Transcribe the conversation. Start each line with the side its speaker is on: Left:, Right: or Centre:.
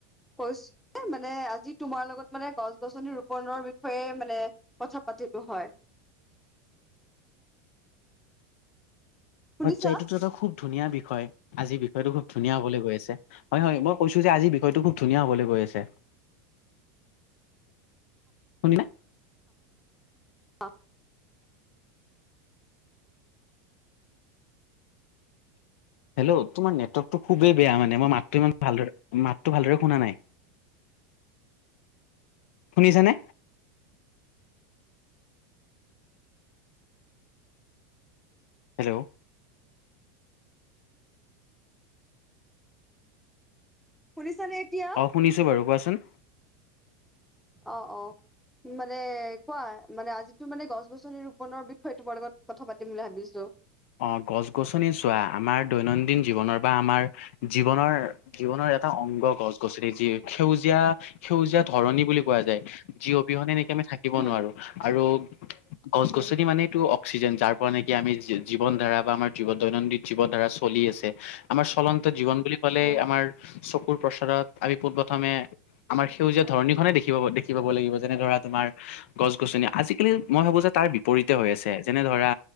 Centre: কৈছো মানে আজি তোমাৰ লগত মানে গছ গছনি ৰোপনৰ বিষয়ে মানে কথা পাতিলো হয় শুনিছা
Left: আচ্ছা এইটোতো এটা খুব ধুনীয়া বিষয় আজিৰ বিষয়টো খুব ধুনীয়া হবলৈ গৈ আছে হয় হয় মই কৈছো যে আজি বিষয়টো খুব ধুনীয়া হ'বলৈ গৈ আছে
Centre: <unintelligible>
Left: শুনিছা
Centre: অঁ
Left: হেল্ল' তোমাৰ নেটৱৰ্কটো খুবেই বেয়া মানে মই মাতটো ইমান ভালদৰে মাতটো ভালদৰে শুনা নাই
Centre: অ
Left: শুনিছানে। হেল্ল'।
Centre: শুনিছানে এতিয়া।
Left: অঁ শুনিছো বাৰু কোৱাচোন।
Centre: অ অ মানে কোৱা মানে আজিতো মানে গছ গছনি ৰোপনৰ বিষয়ে তোমাৰ লগত কথা পাতিম বুলি ভাবিছো
Left: অ গছ গছনি চোৱা আমাৰ দৈনন্দিন জীৱনৰ বা আমাৰ জীৱনৰ, জীৱনৰ এটা অংগ গছ-গছনি যি সেউজীয়া সেউজীয়া ধৰণী বুলি কোৱা যায়। যি অবিহনে নেকি আমি থাক্ কিব
Centre: উম,
Left: নোৱাৰো আৰু গছ-গছনি
Centre: উম,
Left: মানেটো অক্সিজেন। যাৰ পৰা নেকি আমি জীৱন ধাৰা বা আমাৰ জীৱ দৈনন্দিন জীৱন ধাৰা চলি আছে। আমাৰ চলন্ত জীৱন বুলি ক'লে
Centre: উম,
Left: আমাৰ চকুৰ প্ৰচাৰত আমি পোন প্ৰথমে আমাৰ সেউজীয়া ধৰণীখনেই দেখি পাব, দেখি পাব লাগিব যেনে- ধৰা তোমাৰ গছ-গছনি আজিকালি মই ভাৱোঁ যে তাৰ বিপৰীতে হৈ আছে। যেনে ধৰা